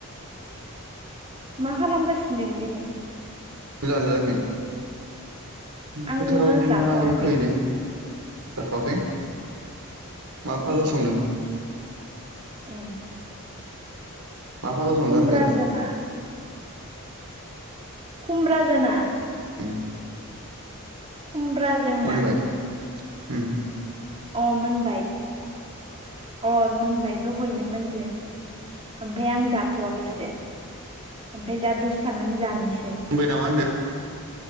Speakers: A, on the right; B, on the right.
A: मा खालामगासिनो नों दिनि
B: नों जादोना जायाखै
A: आङो
B: फोथाराव इदिनो
A: जाथ'वाखै
B: आलि खोहैदो जाथ'वाखै मा भाजा संदो
A: ए
B: मा फाजा संदों
A: खुमब्रा
B: होनदों
A: जो ना खुमब्रा जो ना
B: उम
A: खुमब्रा जों
B: मोनबाय
A: ना
B: उम
A: अ मोनबाय अ मोनबाय दहयनो मोनदो ओमफाय आं जाथ'वाखैसो ओमफाय दा दसे थानानै जानिसै
B: मोनबाय नामा होनदों